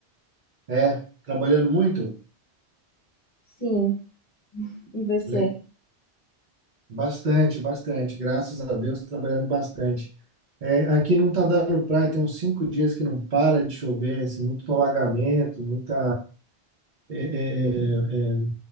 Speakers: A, on the right (about 55°); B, on the left (about 40°).
A: é, trabalhando muito?
B: Sim, e você?
A: Le- Bastante, bastante. Graças a Deus, trabalhando bastante. É, aqui não tá dando praia, tem uns cinco dias que não para de chover, assim, muito alagamento, muita. é, é, é, é,